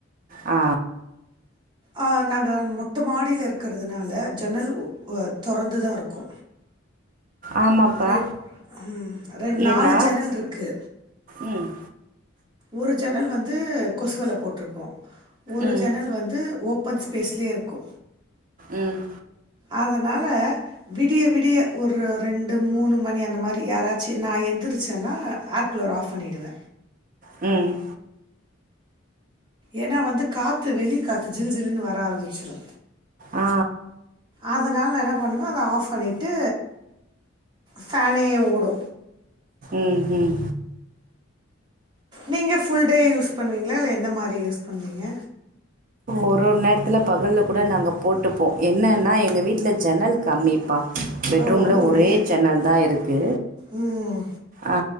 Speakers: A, on the right; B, on the right.
A: ஆ
B: ஆ நாங்க மொட்ட மாடில இருக்கறதுனால ஜன்னல் தொறந்துதா இருக்கு
A: ஆமாப்பா
B: ரெண் ம் ரெண் நாலு
A: ஏன்னா
B: ஜன்னல் இருக்கு
A: ம்
B: ஒரு ஜன்னல் வந்து கொசு வல போட்ருப்போ ஒரு
A: ம்
B: ஜன்னல் வந்து ஓப்பன்ஸ் பேசுலயே இருக்கு
A: ம்
B: அதனால விடிய விடிய ஒரு ரெண் டு மூணு மணி அந்த மாரி யாராச்சு நா எந்தருச்சனா ஆர் குலர் ஆஃப் பண்ணிடுவ
A: ம்
B: ஏனா வந்து காத்து வெளி காத்து ஜில் ஜிலுனு வர ஆரம்பிச்சிரு
A: ஆ
B: அதனாலலே நா என்ன பண்ணுவ அத ஆஃப் பண்ணிட்டு ஃபேனே ஓடு
A: ம் ம்
B: நீங்க ஃபுல் டே யூஸ் பண்ணுவீங்களா இல்ல எந்த மாரி யூஸ் பண்ணுவீங்க
A: ஒரு ஒரு நேரத்துல பகல்ல கூட நாங்க போட்டுப்போ என்னென்னா எங்க வீட்ல ஜன்னல் கம்மிப்பா பெட் ரூம்ல
B: ஓ புரியுது
A: ஒரே ஜன்னல் தா இருக்கு
B: ம்
A: ஆ